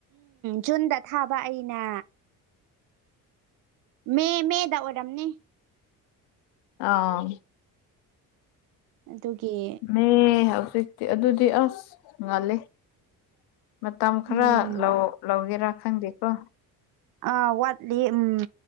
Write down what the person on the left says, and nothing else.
ꯑꯥ
ꯃꯤ ꯍꯧꯖꯤꯛꯇꯤ ꯑꯗꯨꯗꯤ ꯑꯁ ꯉꯥꯜꯂꯦ ꯃꯇꯝ ꯈꯔ
ꯂꯧ ꯂꯧꯒꯦꯔꯥ ꯈꯪꯗꯦꯀꯣ